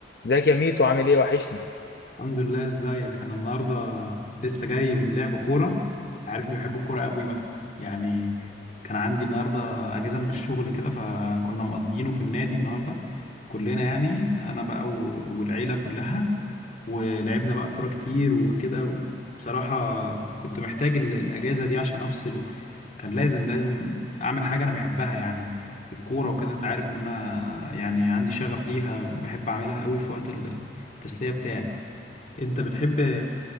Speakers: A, on the left (about 60°); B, on the left (about 45°).
A: ازيك يا ميتو عامل ايه وحشني
B: الحمد لله ازيك انا النهارده لسه جاي من لعب كوره انت عارفني بحب الكوره قوي بقى يعني كان عندي النهارده اجازه من الشغل كده فكنا مقضيينه في النادي النهارده كلنا يعني انا بقى و- والعيله كلها ولعبنا بقى كوره كتير وكده بصراحه كنت محتاج ال- الاجازه دي عشان افصل كان لازم لازم اعمل حاجه انا بحبها يعني الكوره وكده انت عارف ان انا يعني عندي شغف ليها بحب اعملها قوي في وقت التسليه بتاعي انت بتحب